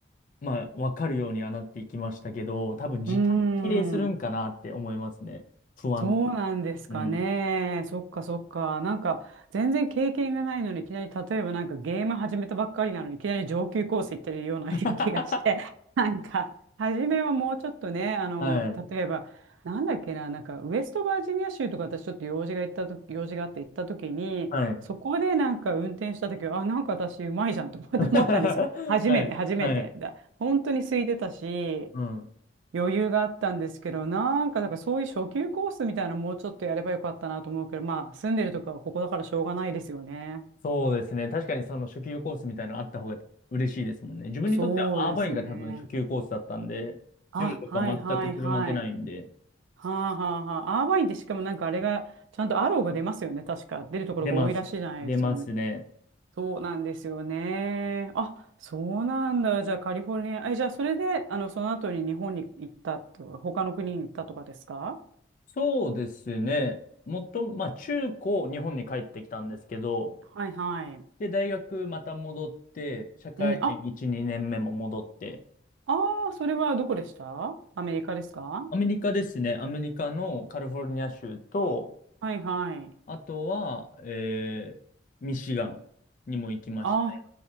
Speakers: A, on the left (about 40°); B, on the right (about 80°).
A: まあ、わかるようにはなっていきましたけど、多分時間に比例するんかなって思いますね。
B: うーん。
A: 不安。
B: そうなんですかね。
A: うん。
B: そっかそっか。なんか、全然経験がないのに、いきなり、例えばなんかゲーム始めたばっかりなのに、いきなり上級コース行ってるような
A: <laughs>
B: <laughs> 気がして、<laughs> なんか、初めはもうちょっとね、あの、
A: はい。
B: 例えば、なんだっけな、なんか、ウェストバージニア州とか私ちょっと用事が行ったと、用事があって行った時に、
A: はい。
B: そこでなんか運転した時は、あ、なんか私うまいじゃんと思って思ったんですよ。
A: <laughs> はい。
B: 初めて、初めてだ。
A: はい。
B: 本当に空いてたし、
A: うん。
B: 余裕があったんですけど、なんか、だからそういう初級コースみたいなのもうちょっとやればよかったなと思うけど、まあ、住んでるとこはここだからしょうがないですよね。
A: そうですね。確かにその初級コースみたいなのあった方が嬉しいですもんね。自分にとってはアーバインが多分初級コースだったんで、
B: そうですね。あ、
A: 夜とか全く車出ないんで、
B: はいはいはい。はあはあはあ。アーバインってしかもなんかあれが、ちゃんとアローが出ますよね。確か。出るところが多いらしいじゃないですよね。
A: 出ます。出ますね。
B: そうなんですよね。あ、そうなんだ。じゃあカリフォルニア。え、じゃあそれで、あの、その後に日本に行ったとか、他の国に行ったとかですか
A: そうですね。もっと、まあ中高日本に帰ってきたんですけど、
B: はいはい。
A: で、大学また戻って、社会人1、
B: うん、あ、
A: 2年目も戻って、
B: ああ、それはどこでしたアメリカですか
A: アメリカですね。アメリカのカリフォルニア州と、
B: はいはい。
A: あとは、えー、ミシガンにも行きましたね。
B: あ、